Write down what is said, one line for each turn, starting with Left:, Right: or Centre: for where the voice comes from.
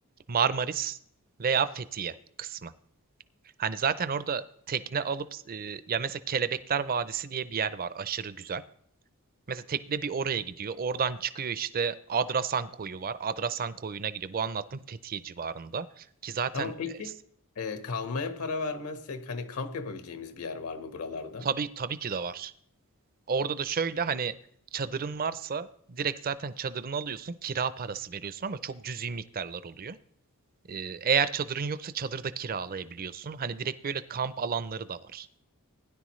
Right: Marmaris veya Fethiye kısmı. Hani zaten orada tekne alıp e, ya mesela Kelebekler Vadisi diye bir yer var aşırı güzel. Mesela tekne bir oraya gidiyor. Oradan çıkıyor işte Adrasan Koyu var. Adrasan Koyu'na gidiyor. Bu anlattım Fethiye civarında. Ki zaten
Left: Tamam peki
Right: e,
Left: e, kalmaya para vermezsek hani kamp yapabileceğimiz bir yer var mı buralarda?
Right: tabii tabii ki de var. Orada da şöyle hani çadırın varsa direkt zaten çadırını alıyorsun, kira parası veriyorsun ama çok cüzi miktarlar oluyor. Ee, eğer çadırın yoksa çadırda kiralayabiliyorsun. Hani direkt böyle kamp alanları da var.